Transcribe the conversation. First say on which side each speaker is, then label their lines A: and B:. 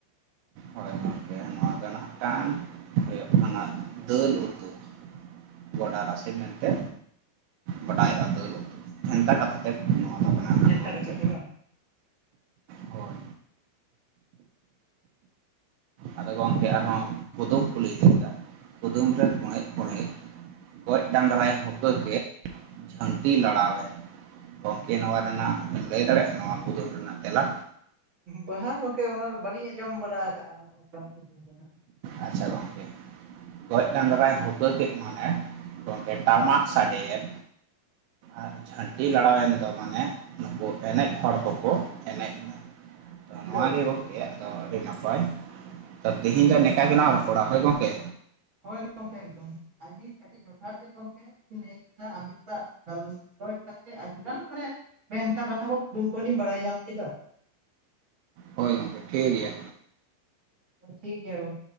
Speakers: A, on the right (about 85°); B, on the right (about 50°).
A: ᱦᱳᱭ ᱜᱚᱝᱠᱮ ᱱᱚᱶᱟ ᱫᱚ ᱦᱟᱸᱜ ᱠᱟᱱ, ᱦᱩᱭᱩᱜ ᱠᱟᱱᱟ ᱫᱟᱹᱞ ᱩᱛᱩ᱾ ᱜᱚᱰᱟ ᱨᱟᱥᱮ ᱢᱮᱱᱛᱮ ᱵᱟᱰᱟᱭᱚᱜᱼᱟ ᱫᱟᱹᱞ ᱩᱛᱩ ᱵᱷᱮᱱᱛᱟ ᱠᱟᱛᱷᱟ ᱛᱮ ᱱᱚᱶᱟ ᱫᱚ᱾ ᱠᱟᱱᱟ ᱱᱟᱜ
B: ᱵᱷᱮᱱᱛᱟ
A: ᱜᱚᱢᱠᱮ
B: ᱠᱟᱛᱷᱟ ᱛᱮ ᱵᱟᱝ?
A: ᱦᱳᱭ ᱟᱫᱚ ᱜᱚᱢᱠᱮ ᱟᱨᱦᱚᱸ ᱠᱩᱫᱩᱢ ᱠᱚᱞᱤᱧ ᱞᱟᱹᱭᱟ ᱠᱩᱫᱩᱢ ᱨᱮ ᱠᱩᱬᱤᱫ ᱠᱩᱬᱤᱫ ᱜᱚᱡ ᱰᱟᱝᱨᱟᱭ ᱦᱩᱠᱟᱹ ᱠᱮᱫ ᱡᱷᱟᱹᱱᱴᱤ ᱞᱟᱲᱟᱣᱮᱱ, ᱜᱚᱢᱠᱮ ᱱᱚᱶᱟ ᱨᱮᱱᱟᱜ ᱵᱮᱱ ᱞᱟᱹᱭ ᱫᱟᱲᱮᱭᱟᱜᱼᱟ ᱱᱚᱶᱟ ᱠᱩᱫᱩᱢ ᱨᱮᱱᱟᱜ ᱛᱮᱞᱟ?
B: ᱵᱟᱦᱟ ᱜᱚᱝᱠᱮ, ᱚᱱᱟ ᱫᱚ ᱵᱟᱹᱞᱤᱧ ᱟᱸᱡᱚᱢ ᱵᱟᱲᱟ ᱟᱠᱟᱫᱼᱟ ᱱᱚᱜ-ᱚ ᱱᱚᱝᱠᱟ ᱠᱩᱫᱩᱢ᱾ ᱫᱚ ᱦᱟᱸᱜ
A: ᱟᱪᱪᱷᱟ ᱜᱚᱝᱠᱮ᱾ ᱜᱚᱡ ᱰᱟᱝᱨᱟᱭ ᱦᱩᱠᱟᱹ ᱠᱮᱫ ᱢᱟᱱᱮ ᱜᱚᱝᱠᱮ ᱴᱟᱢᱟᱠ ᱥᱟᱰᱮᱭᱮᱱ᱾ ᱟᱨ ᱡᱷᱟᱹᱱᱴᱤ ᱞᱟᱲᱟᱣᱮᱱ ᱫᱚ ᱢᱟᱱᱮ ᱱᱩᱠᱩ ᱮᱱᱮᱡ ᱦᱚᱲ ᱠᱚᱠᱚ ᱮᱱᱮᱡ᱾ <inaudible>
B: ᱵᱩᱡᱷᱟᱹᱣ
A: ᱱᱚᱣᱟ
B: ᱵᱮᱱ
A: ᱜᱮ
B: ᱥᱮ
A: ᱜᱚᱢᱠᱮ
B: ᱪᱮᱫ ᱜᱚᱝᱠᱮ?
A: ᱟᱫᱚ ᱟᱹᱰᱤ ᱱᱟᱯᱟᱭ᱾ ᱛᱚ ᱛᱮᱦᱮᱸᱧ ᱫᱚ ᱱᱤᱝᱠᱟ ᱜᱮᱞᱟᱝ ᱨᱚᱯᱚᱲᱟ ᱦᱳᱭ ᱜᱚᱝᱠᱮ᱾
B: ᱦᱳᱭ ᱜᱟᱝᱠᱮ ᱮᱠᱫᱚᱢ ᱟᱹᱰᱤᱡ ᱟᱹᱰᱤᱡ ᱡᱚᱛᱷᱟᱛ ᱜᱮ ᱜᱚᱝᱠᱮ ᱵᱤᱱ ᱞᱟᱹᱭ ᱠᱮᱫᱟ ᱟᱹᱵᱤᱱᱟᱜ ᱜᱟᱞᱚᱪ ᱠᱷᱚᱡ ᱠᱟᱛᱮ ᱟᱹᱰᱤᱜᱟᱱ ᱢᱟᱱᱮ ᱵᱷᱮᱱᱛᱟ ᱠᱟᱛᱷᱟ ᱠᱩᱢᱯᱟᱹᱱᱤᱢ ᱵᱟᱲᱟᱭ ᱧᱟᱢ ᱠᱮᱫᱟ᱾
A: ᱦᱳᱭ ᱜᱚᱢᱠᱮ ᱴᱷᱤᱠ ᱜᱮᱭᱟ᱾
B: ᱴᱷᱤᱠ ᱜᱮᱭᱟ᱾